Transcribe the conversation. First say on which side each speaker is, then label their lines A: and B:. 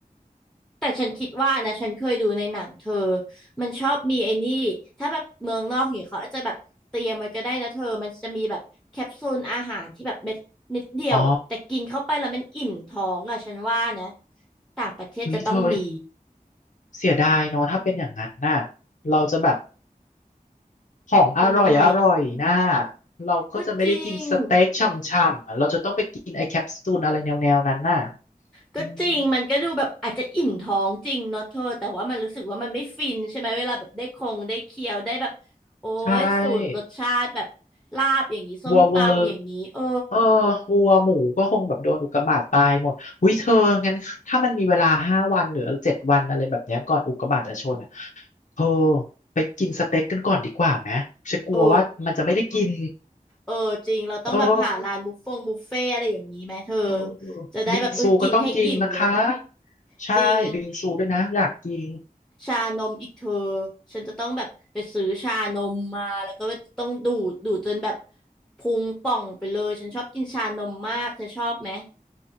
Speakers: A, in the centre; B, on the left.
A: แต่ฉันคิดว่านะฉันเคยดูในหนังเธอมันชอบมีไอ้นี่ ถ้าแบบเมืองนอกอย่างเงี้ยเขาอาจจะแบบเตรียมไว้ก็ได้นะเธอมันจะมีแบบแคปซูลอาหารที่แบบเม็ดนิดเดียวอ่ะแต่กินเข้าไปแล้วมันอิ่มท้องอ่ะฉันว่านะ
B: อ๋อ
A: ต่างประเทศจะต้องมี
B: อุ้ยเธอเสียดายเนาะถ้าเป็นอย่างนั้นน่ะเราจะแบบของอร่อยอร่อยน่ะ
A: ยังไง
B: เราก็จะไม่ได้กินสเต็กช่ำๆอ่ะเราจะต้องไปกินไอแคปซูลอะไรแนวๆนั้นน่ะ
A: ก็จริงก็จริงมันก็ดูแบบอาจจะอิ่มท้องจริงเนาะเธอแต่ว่ามันรู้สึกว่ามันไม่ฟินใช่ไหมเวลาแบบได้คงได้เคี้ยวได้แบบโอ้ยสูตรรสชาติแบบ
B: อืมใช่
A: ลาบอย่างนี้ส้มตำอย่างนี้เออ
B: วัวเวอร์เออวัวหมูก็คงแบบโดนอุกกาบาตตายหมดอุ้ยเธองั้นถ้ามันมีเวลาห้าวันหรือเจ็ดวันอะไรแบบเนี้ยก่อนอุกกาบาตจะชนอ่ะเธอไปกินสเต็กกันก่อนดีกว่าไหมฉันกลัวว่ามันจะไม่ได้กิน
A: เออเออจริงเราต้องแบบหาร้านบุฟฟงบุฟเฟ่อะไรอย่างนี้ไหมเธอ
B: เออเออเออบิงซูก็ต้องกินนะคะ
A: จะได้แบบเออกินให้อิ่มเลย
B: ใช่บิงซูด้วยนะ
A: จริง
B: อยากกิน
A: ชานมอีกเธอฉันจะต้องแบบไปซื้อชานมมาแล้วก็ต้องดูดดูดจนแบบพุงป่องไปเลยฉันชอบกินชานมมากเธอชอบไหม